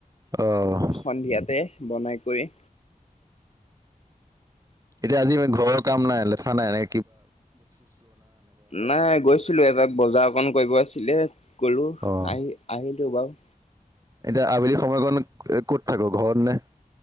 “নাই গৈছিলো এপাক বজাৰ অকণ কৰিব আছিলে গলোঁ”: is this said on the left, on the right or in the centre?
Left